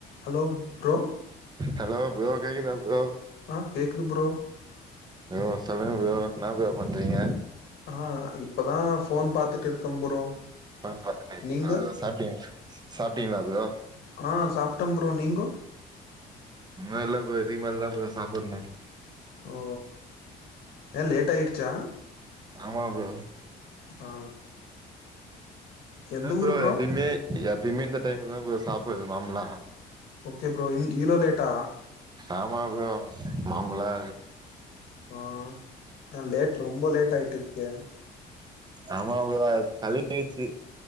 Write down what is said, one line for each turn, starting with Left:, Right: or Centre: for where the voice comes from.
Left: Hello bro
Right: hello bro கேக்குதா bro
Left: ஆ கேக்குது ப்ரோ
Right: யோ சொல்லுங்க ப்ரோ என்ன ப்ரோ பண்றீங்க
Left: ஆ இப்பதா ஃபோன் பாத்துட்டு இருக்கே ப்ரோ
Right: பாத்தேங்க
Left: நீங்க
Right: சாப்ட்டீ சாப்ட்டீங்களா ப்ரோ
Left: ஆ சாப்ட்டம் ப்ரோ நீங்க
Right: அதெல்லா இல்ல ப்ரோ இதுக்கு மேல தா ப்ரோ சாப்டனும்
Left: ஓ ஏ லேட்டாயிடுச்சா
Right: ஆமா ப்ரோ
Left: ஆ
Right: இல்ல
Left: எந்த
Right: ப்ரோ
Left: ஊரு
Right: எப்பயுமே எப்பயுமே இந்த டைமுக்குதா ப்ரோ சாப்பிடடுறது நார்ம்லா
Left: ஓகே ப்ரோ இ ஈலோ லேட்டா
Right: ஆமாம் ப்ரோ நார்மலா
Left: ஆ ஆ லேட் ரொம்ப லேட் ஆயிட்டு இருக்கே
Right: ஆமா ப்ரோ அது பழகிருச்சு